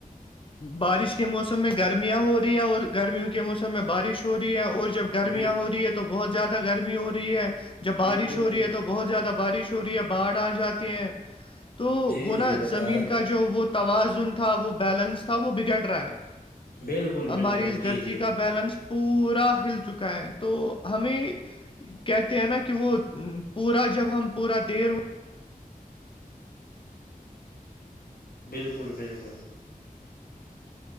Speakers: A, on the left; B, on the left.
A: بارش کے موسم میں گرمیاں ہو رہی ہے اور گرمیوں کے موسم میں بارش ہو رہی ہے اور جب گرمیاں
B: بالکل
A: ہو رہی ہے تو بہت زیادہ گرمی ہو رہی ہے جب بارش
B: بالکل
A: ہو
B: بالکل
A: رہی ہے تو بہت زیادہ بارش ہو رہی ہے باڑھ آ جاتی ہیں تو
B: جی
A: وہ
B: جی
A: نا
B: بتائے
A: زمین کا جو وہ تواز جون تھا وہ بیلنس تھا وہ بگڑ رہا ہے
B: بالکل
A: ہماری
B: بالکل
A: اس
B: جی
A: دھرتی
B: جی
A: کا بیلنس پورا ہل چکا ہے تو ہمیں کہتے ہیں نا کہ وہ پورا جب ہم پورا دیر ہو
B: بالکل بالکل